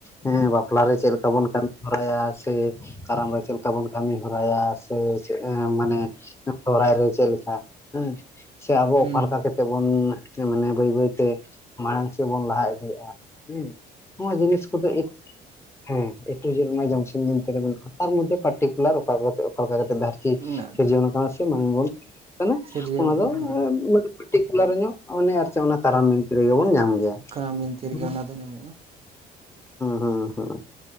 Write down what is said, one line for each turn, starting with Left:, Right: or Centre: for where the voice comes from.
Left: ᱮᱸ ᱵᱟᱯᱞᱟ ᱨᱮ ᱪᱮᱫ ᱞᱮᱠᱟ ᱵᱚᱱ ᱠᱟᱹᱢᱤ ᱦᱚᱨᱟᱭᱟ ᱥᱮ ᱠᱟᱨᱟᱢ ᱨᱮ ᱪᱮᱫ ᱞᱮᱠᱟ ᱵᱚᱱ ᱠᱟᱹᱢᱤ ᱦᱚᱨᱟᱭᱟ ᱥᱮ ᱢᱟᱱᱮ ᱥᱚᱦᱨᱟᱭ ᱨᱮ ᱪᱮᱫ ᱞᱮᱠᱟ ᱦᱮᱸ ᱪᱮ ᱟᱵᱚ
Right: ᱦᱩᱸ
Left: ᱚᱠᱟ ᱞᱮᱠᱟ ᱠᱟ ᱛᱮ ᱵᱚᱱ ᱢᱟᱱᱮ ᱵᱟᱹᱭ ᱵᱟᱹᱭᱛᱮ ᱢᱟᱲᱟᱝ ᱥᱮᱜ ᱵᱚᱱ ᱞᱟᱦᱟ ᱤᱫᱤᱜᱼᱟ ᱦᱮᱸ ᱱᱚᱣᱟ ᱡᱤᱱᱤᱥ ᱠᱚᱫᱚ <unintelligible> ᱦᱮᱸ ᱮᱴᱩ ᱡᱮ <unintelligible> ᱛᱮ ᱢᱮᱱᱟᱜᱼᱟ ᱛᱟᱨ ᱢᱚᱫᱽᱫᱷᱮ ᱯᱟᱨᱴᱤᱠᱩᱞᱟᱨ ᱚᱠᱟ ᱚᱠᱟ ᱞᱮᱠᱟ <unintelligible>
Right: ᱢᱮᱱᱟᱜ
Left: ᱥᱤᱨᱡᱚᱱ ᱠᱟᱱᱟ ᱥᱮ ᱢᱟᱝ ᱵᱚᱱ ᱠᱟᱱᱟ
Right: ᱥᱤᱨᱡᱟᱹᱣ
Left: ᱚᱱᱟ ᱫᱚ
Right: ᱠᱟᱱᱟ ᱦᱮᱸ
Left: ᱢᱟᱱᱮ ᱯᱟᱨᱴᱤᱠᱩᱞᱟᱹᱨ <unintelligible> ᱨᱮ ᱧᱚᱜ ᱢᱟᱱᱮ ᱟᱨ ᱠᱟᱨᱟᱢ ᱵᱤᱱᱛᱤ ᱨᱮᱜᱮ ᱵᱚᱱ ᱧᱟᱢ ᱜᱮᱭᱟ
Right: ᱠᱟᱨᱟᱢ ᱵᱤᱱᱛᱤ ᱨᱮᱜᱮ
Left: ᱦᱩᱸ
Right: ᱚᱱᱟ ᱫᱚ ᱧᱟᱢᱚᱜᱼᱟ
Left: ᱦᱩᱸ ᱦᱩᱸ